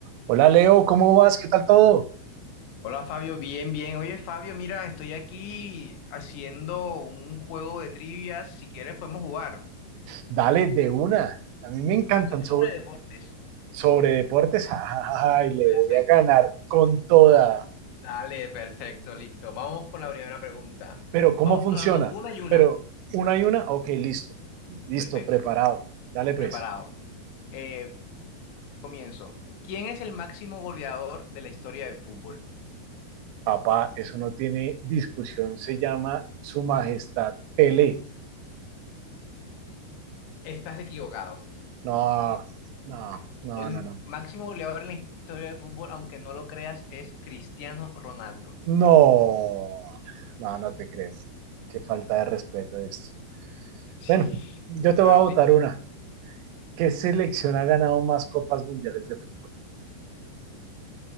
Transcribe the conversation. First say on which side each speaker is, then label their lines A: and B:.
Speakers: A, on the right; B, on the left.
A: Hola Leo, ¿cómo vas? ¿Qué tal todo?
B: Hola Fabio, bien, bien. Oye Fabio, mira, estoy aquí haciendo un juego de trivias. Si quieres podemos jugar.
A: Dale, de una. A mí me encantan
B: Esto es
A: so-
B: sobre deportes.
A: sobre deportes. <laughs> Ay, le
B: Perfecto.
A: voy a ganar con toda.
B: Dale, perfecto, listo. Vamos con la primera pregunta.
A: Pero, ¿cómo
B: Vamos
A: funciona?
B: turnándonos una y una.
A: Pero, una y una, ok, listo. Listo,
B: Perfecto.
A: preparado. Dale pues.
B: Preparado. Eh, comienzo. ¿Quién es el máximo goleador de la historia del fútbol?
A: Papá, eso no tiene discusión. Se llama Su Majestad Pelé.
B: Estás equivocado.
A: No, no, no,
B: El
A: no, no.
B: máximo goleador en la historia del fútbol, aunque no lo creas, es Cristiano Ronaldo.
A: No, no, no te creo. Qué falta de respeto esto.
B: Sí.
A: Bueno, yo te
B: Bueno,
A: voy a votar
B: listo.
A: una. ¿Qué selección ha ganado más copas mundiales de fútbol?